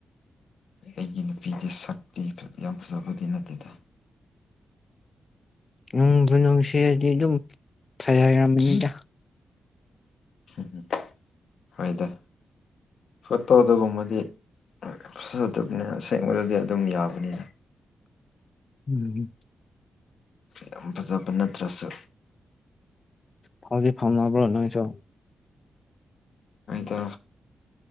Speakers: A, on the left (about 75°); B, on the left (about 40°).
A: ꯑꯩꯒꯤ ꯅꯨꯄꯤꯗꯤ ꯁꯛꯇꯤ ꯌꯥꯝ ꯐꯖꯕꯗꯤ ꯅꯠꯇꯦꯗ
B: ꯅꯨꯡꯕꯨ ꯅꯨꯡꯁꯤꯔꯗꯤ ꯑꯗꯨꯝ ꯐꯔꯃꯅꯤꯗ
A: ꯎꯝ ꯍꯣꯏꯗ ꯐꯣꯇꯣ ꯑꯗꯨꯒꯨꯝꯕꯗꯤ ꯐꯗꯕꯅꯤ ꯑꯁꯦꯡꯕꯗꯗꯤ ꯑꯗꯨꯝ ꯌꯥꯕꯅꯤꯅ
B: ꯎꯝ
A: ꯌꯥꯝ ꯐꯖꯕ ꯅꯠꯇ꯭ꯔꯁꯨ
B: ꯐꯥꯎꯖꯤ ꯐꯥꯝ ꯅ꯭ꯔꯣꯅꯉꯁꯨꯣ
A: ꯗ